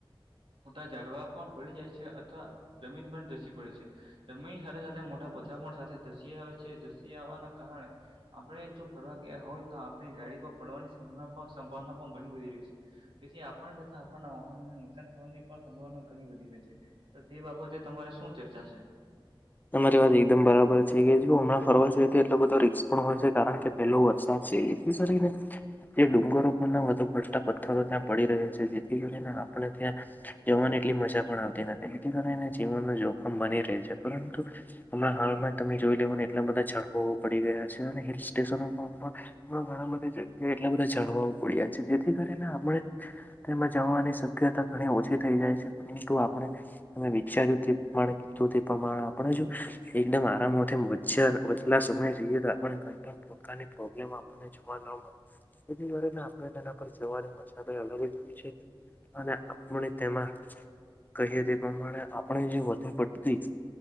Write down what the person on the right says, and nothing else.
મોટા ઝાડવા પણ પડી જાય છે. અથવા જમીન પણ ધસી પડે છે. જમીન સાથે સાથે મોટા પથરા પણ સાથે ધસી આવે છે ધસી આવવાના કારણે આપણે જો ફરવા ગયા હોય તો આપણી ગાડી પર પડવાની સંભાવના પણ ઘણી બધી રહી છે. તેથી આપણને તથા આપણના વાહનોને નુકસાન થવાની પણ સંભાવના ઘણી બધી હોય છે. તો તે બાબતે તમારે શું ચર્ચા છે.